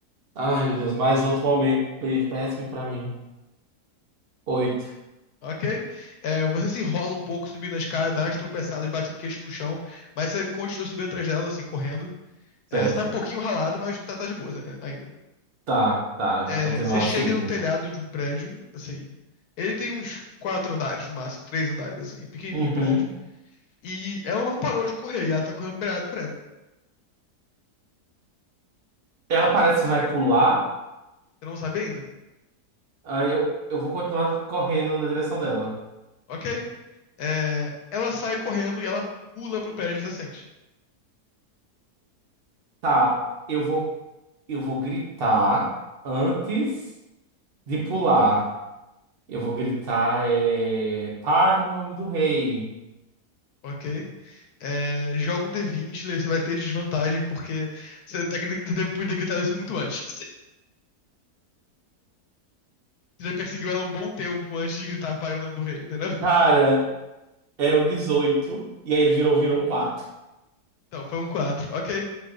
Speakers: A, on the right (about 75°); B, on the left (about 75°).
A: Ai, meu Deus, mais outro momento pê- péssimo pra mim. Oito.
B: Ok? É, você se enrola um pouco subindo a escada, dá umas tropeçadas, bate o queixo no chão, mas você continua subindo atrás dela, assim, correndo.
A: Certo.
B: É, você tá um pouquinho ralado, mas tá, tá de boa é, ainda.
A: Tá, tá. Eu
B: É,
A: vou continuar
B: você chega
A: seguindo
B: no
A: então.
B: telhado de um prédio, assim. Ele tem uns quatro andares no máximo, três andares, assim, pequenininho
A: Uhum.
B: o prédio. E ela não parou de correr, e ela tá correndo beirada do prédio.
A: Ela parece que vai pular.
B: Você não sabe ainda?
A: Aí eu, eu vou continuar correndo na direção dela.
B: Ok? É, ela sai correndo e ela pula pro prédio adjacente.
A: Tá, eu vou, eu vou gritar antes de pular. Eu vou gritar, é... Para em nome do rei.
B: Ok? É, joga um D20, você vai ter desvantagem, porque você, tá, gri- você depois de ter gritado isso muito antes. <laughs> Você já perseguiu ela um bom tempo antes de gritar pare o nome do rei, entendeu? <laughs>
A: Cara, eram dezoito e aí ele virou, viram quatro
B: Então, foi um 4, Ok.